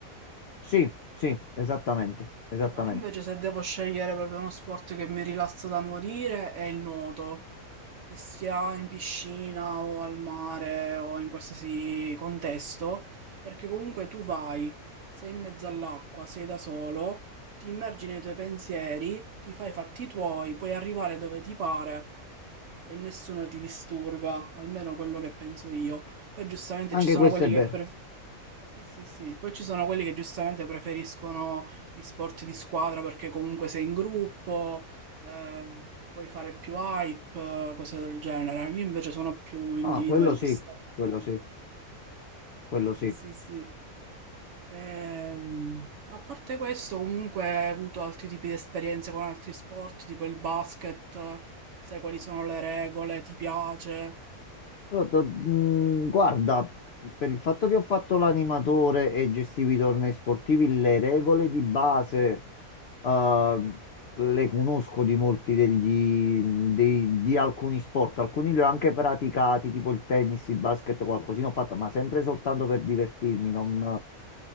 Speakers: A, on the left; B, on the right.
A: Sì, sì, esattamente, esattamente.
B: No, invece se devo scegliere proprio uno sport che mi rilassa da morire è il nuoto. che sia in piscina o al mare o in qualsiasi contesto, perché comunque tu vai, sei in mezzo all'acqua, sei da solo, ti immergi nei tuoi pensieri, ti fai i fatti tuoi, puoi arrivare dove ti pare e nessuno ti disturba, almeno quello che penso io. Poi giustamente
A: Anche
B: ci sono
A: questo
B: quelli
A: è
B: che
A: vero.
B: per- sì, sì, sì. Poi ci sono quelli che giustamente preferiscono gli sport di squadra perché comunque sei in gruppo, ehm, puoi fare più hype, eh, cose del genere. Io invece sono più individualista.
A: Ah, quello sì, quello sì, quello
B: Sì,
A: sì.
B: sì, sì. Ehm, a parte questo, comunque, ho avuto altri tipi di esperienze con altri sport, tipo il basket, sai quali sono le regole, ti piace?
A: Allora, to- mh, guarda, per il fatto che ho fatto l'animatore e gestivo i tornei sportivi, le regole di base eh, le conosco di molti degli, dei- di alcuni sport. Alcuni li ho anche praticati, tipo il tennis, il basket, qualcosina ho fatto, ma sempre soltanto per divertirmi, non,